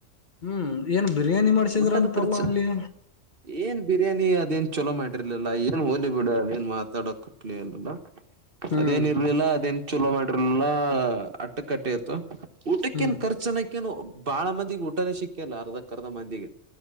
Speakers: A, on the left; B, on the right.
A: ಹ್ಮ್ ಏನ್ ಬಿರಿಯಾನಿ ಮಾಡ್ಸಿದ್ರ
B: ಊಟದ
A: ಅಂತಲ್ಲ
B: ಖರ್ಚು
A: ಅಲ್ಲಿ
B: ಏನ್ ಬಿರಿಯಾನಿ ಅದೇನ್. ಚಲೋ ಮಾಡಿರ್ಲಿಲ್ಲ ಏನ್ ಹೋಲಿ ಬಿಡ ಏನ್ ಮಾತಾಡ ಕಪ್ಲಿ ಅಲ್ಲ.
A: ಹ್ಮ್
B: ಅದೇನ್ ಇರ್ಲಿಲ್ಲ ಅದೇನ್ ಚಲೋ ಮಾಡ್ರಿ. ಟ್ರಿಲ ಅಟ್ಟು ಕಟ್ಟೆತ್ತುು. ಊಟಕ್ಕೇನ್
A: ಹ್ಮ್
B: ಖರ್ಚನಕ್ಕೇನು ಬಾಳ ಮ. ಊಟನೇ ಸಿಕ್ಕಲ್ಲ ಅರ್ಧಕ್ಕ ಅರ್ಧ ಮಂದಿಗೆ.